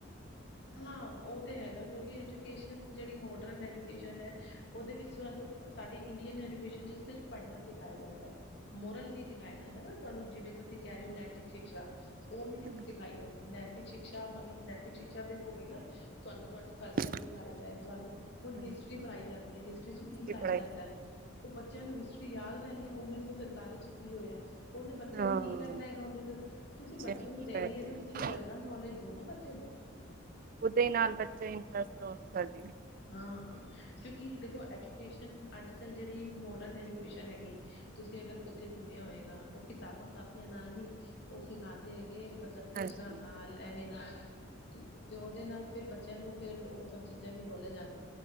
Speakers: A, on the left (about 55°); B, on the right (about 45°).
A: ਹਾਂ ਓ ਤੇ ਹੈਗਾ ਕਿਓਂਕਿ ਐਜੂਕੇਸ਼ਨ ਜੇੜੀ ਮੋਡਰਨ ਐਜੂਕੇਸ਼ਨ ਐ ਓਦੇ ਵਿੱਚ ਸਾਨੂੰ ਸਾਡੀ ਇੰਡੀਅਨ ਐਜੂਕੇਸ਼ਨ ਚ ਸਿਰਫ ਪੜਨਾ ਸਿਖਾਇਆ ਜਾਂਦਾ ਐ, ਮੋਰਲ ਨੀ ਸਿਖਾਇਆ ਜਾਂਦਾ ਨਾ ਤੁਆਨੂੰ। ਜਿਵੇਂ ਤੁਸੀਂ ਕੈ ਰੇ ਓਂ ਨੈਤਿਕ ਸ਼ਿਕਸ਼ਾ
B: ਉਹ
A: ਓ ਨੀ ਦ ਸਿਖਾਈ ਜਾਂਦੀ ਨੈਤਿਕ ਸ਼ਿਕਸ਼ਾ ਮਤਲਬ ਨੈਤਿਕ ਸ਼ਿ ਸ਼ਿਕਸ਼ਾ ਤੇ ਹੋ ਗਈ ਨਾ ਤੁਆਨੂੰ ਤੁਆਡੇ ਕਲਚਰ
B: ਅੱਜ
A: ਸਿਖਾਏ
B: ਕੱਲ
A: ਜਾਏ ਤੁਆਨੂੰ ਹੁਨ
B: ਹਾਂਜੀ
A: ਹਿਸਟਰੀ ਪੜਾਈ ਜਾਂਦੀ ਐ ਹਿਸਟਰੀ ਚ ਕੀ ਪੜਾਇਆ
B: ਪੜ੍ਹਾਈ
A: ਜਾਂਦਾ
B: ਜਾਂਦੀ
A: ਐ। ਓ ਬੱਚਿਆਂ ਨੂੰ ਹਿਸਟਰੀ ਯਾਦ ਰੈਨੀ ਐ ਉੱਨੀ ਸੌ ਸੰਤਾਲੀ ਚ ਕੀ ਹੋਏਆ। ਓਨੇ ਬੱਚੇ
B: ਹਾਂ
A: ਨੇ ਕੀ ਕਰਨਾ ਹੈਗਾ ਓਨੇ ਤੁਸੀਂ ਬੱਚੇ
B: ਨੇ
A: ਨੂੰ
B: ਕੀ
A: ਦੇਨੀ
B: ਕਰਨਾ
A: ਐ ਤਾਂ ਤੁਸੀਂ
B: ਹੈ
A: ਜਨਰਲ ਨੌਲੇਜ ਦਿਓ ਨਾ ਬੱਚੇ ਨੂੰ।
B: ਓਦੇ ਨਾਲ ਬੱਚੇ ਇੰਟਰਸਟ ਲੋਸ ਕਰਦੇ ਨੇ।
A: ਹਾਂ ਕਿਓਂਕਿ ਦੇਖੋ ਐਜੂਕੇਸ਼ਨ ਅੱਜ-ਕੱਲ ਜੇੜੀ ਮੋਡਰਨ ਐਜੂਕੇਸ਼ਨ ਹੈਗੀ ਤੁਸੀਂ ਅਗਰ ਓਥੇ ਸੁਨੇਆ ਹੋਏਗਾ ਓ ਕਿਤਾਬਾਂ ਕਾਪੀਆਂ ਨਾਲ ਨੀ ਓ ਸਿਖਾਂਦੇ ਹੈਗੇ ਮਤਲਬ ਪਿਕਚਰਾਂ
B: ਹਾਂਜੀ
A: ਨਾਲ ਐਵੇਂ ਨਾਲ ਠੀਕ ਐ ਤੇ ਓਦੇ ਨਾਲ ਫੇਰ ਬੱਚਿਆਂ ਨੂੰ ਫੇਰ ਓ ਸਭ ਚੀਜ਼ਾਂ ਵੀ ਨੋਲੇਜ